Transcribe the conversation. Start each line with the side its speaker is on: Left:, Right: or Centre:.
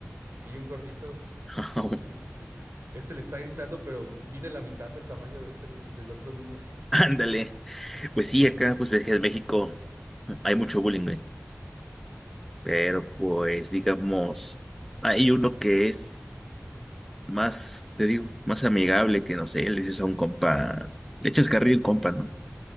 Right: Sí, un gordito
Centre: <laughs>
Right: que dices, oye, pues, el- este le está gritando, pero mide la mitad del tamaño de este niño, del otro niño.
Centre: Ándale. Pues sí, acá, pues ves que en México hay mucho bullying, güey. Pero pues, digamos, hay uno que es más, te digo, más amigable que, no sé, le dices a un compa, le echas carril a un compa, ¿no?